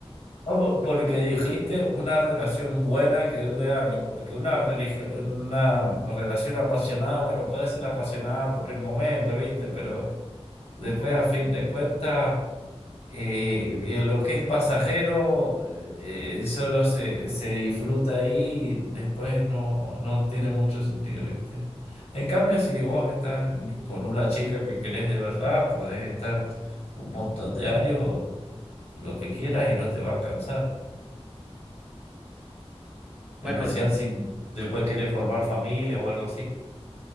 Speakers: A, on the left (about 80°); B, in the centre.
A: Ah, po- Porque dijiste una relación buena que dure años, porque una, religio- una relación apasionada, bueno, puede ser apasionada por el momento, ¿viste? Pero después, a fin de cuentas, Eh,
B: Mm.
A: eh, lo que es pasajero eh, eh, solo se, se disfruta ahí y después no, no tiene mucho sentido, ¿viste? En cambio, si vos estás con con una chica que querés de verdad, podés estar un montón de años, lo que quieras y no te va a cansar.
B: Mm, Bueno,
A: En especial si después querés formar familia o algo así.